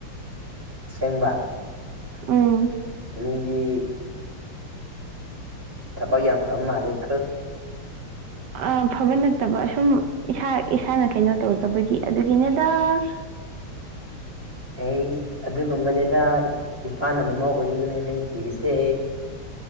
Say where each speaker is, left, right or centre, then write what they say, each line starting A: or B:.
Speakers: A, on the right; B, on the right.
A: ꯁꯦꯡꯕ
B: ꯎꯝ
A: ꯅꯤꯗꯤ ꯊꯕꯛ ꯌꯥ ꯐ ꯃꯥꯂꯤꯛ
B: ꯑ ꯐꯕ ꯅꯠꯇꯕ ꯁꯨꯝ ꯏꯁꯥ ꯏꯁꯥꯅ ꯀꯩꯅꯣ ꯇꯧꯗꯕꯒꯤ ꯑꯗꯨꯒꯤꯅꯗ <inaudible>
A: ꯑꯩ ꯑꯗꯨꯒꯨꯝꯕꯅꯤꯗ ꯏꯄꯥꯥꯟ ꯑꯃ ꯑꯃ ꯑꯣꯏꯅꯤꯡꯅꯤ ꯍꯥꯏꯅ ꯊꯤꯔꯤꯁꯦ